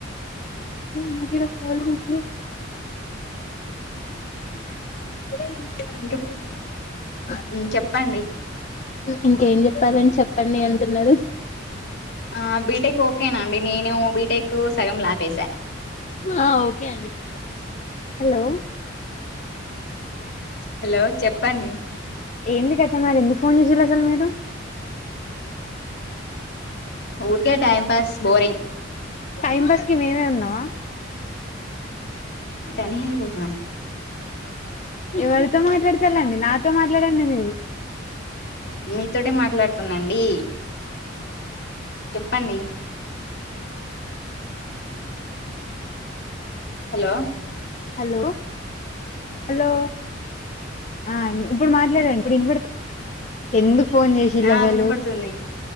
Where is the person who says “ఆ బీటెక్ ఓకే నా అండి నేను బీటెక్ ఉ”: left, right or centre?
Left